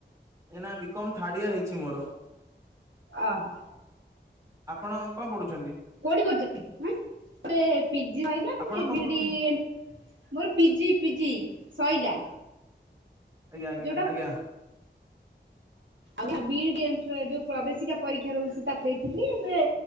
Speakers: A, on the right (about 15°); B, on the right (about 85°).
A: ଏଇ ନା ବିକମ୍ ଥାଡିଆ ହେଇଚି ମୋର।
B: ଆହା।
A: ଆପଣ କଣ ପଢୁଚନ୍ତି?
B: କୋଉଠି କରୁଚନ୍ତି ହେପଟେ ପିଜି ଆଇଲାନି
A: ଆପଣ କଣ
B: ବିଡି
A: ପଢୁଛନ୍ତି?
B: ଏ ମୋର ପିଜି ପିଜି ସଇଲା।
A: ଆଜ୍ଞା ଆଜ୍ଞା
B: ଯୋଉଟା
A: ଆଜ୍ଞା।
B: ଆଉ ଯୋଉ ବିଡ଼ି ଏଟ୍ରା ପ୍ରବେଶିକା ପରୀକ୍ଷା ରେ ତାକୁ କହିଥିଲି ଏବେ